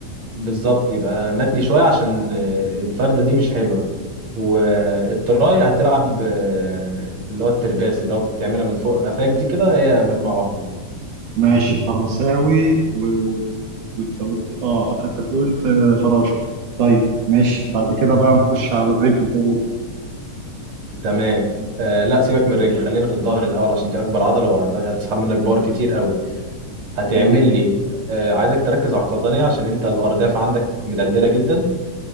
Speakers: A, on the right; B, on the right.
A: بالظبط يبقى متني شوية عشان آه، الفردة دي مش حلوة والتراية هتلعب آه، اللي هو الترباس اللي هو بتعملها من فوق قفاك دي كده هي مجموعة واحدة
B: ماشي فرنساوي و... وانت قلت اه حضرتك قلت آه، فراشة طيب ماشي بعد كده بقى نخش على الرجل تقريبا
A: تمام آه لا سيبك من الرجل خلينا في الظهر الأول عشان دي أكبر عضلة وهتسحب منك باور كتير قوي هتعمل
B: طيب
A: لي آه عايزك تركز على القطنية عشان أنت الأرداف عندك مدلدلة جدا